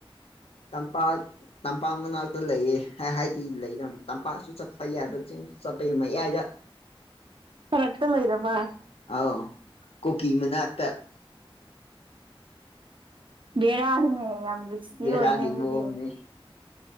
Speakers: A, on the left; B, on the right.
A: ꯇꯝꯄꯥꯛ ꯇꯝꯄꯥꯛ ꯃꯅꯥꯛꯇꯨ ꯂꯩꯌꯦ ꯍꯥꯏꯗꯤ ꯂꯩ ꯇꯝꯄꯥꯛꯁꯨ ꯆꯠꯄ ꯌꯥꯕꯁꯤꯡ ꯆꯠꯄꯒꯤ ꯃꯌꯥꯏꯗ
B: ꯐꯔꯛꯇ ꯂꯩꯔꯕ
A: ꯑꯥꯎ ꯀꯣꯀꯤ ꯃꯅꯥꯛꯇ
B: ꯕꯦꯔꯥꯅꯤꯅꯦ ꯌꯥꯝ ꯔꯤꯛ꯭ꯁꯀꯤ
A: ꯕꯦꯔꯥꯒꯤ
B: ꯑꯣꯏꯅꯦ ꯑꯗꯨꯗꯤ
A: ꯃꯑꯣꯡꯅꯤ